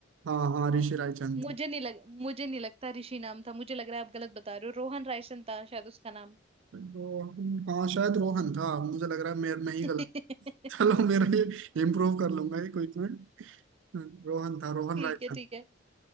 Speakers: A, on the right; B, on the right.
A: हाँ हाँ ऋषि रायचंद
B: मुझे नहीं लग मुझे नहीं लगता ऋषि नाम था मुझे लग रहा है आप गलत बता रहे हो रोहन रायसन था शायद उसका नाम
A: तो हाँ शायद रोहन था मुझे लग रहा है मैं मैं ही
B: <laughs>
A: गलत चलो मेरा ये इम्प्रूव कर लूंगा ये क्विज में हम्म, रोहन था रोहन
B: ठीक
A: राय था
B: है ठीक है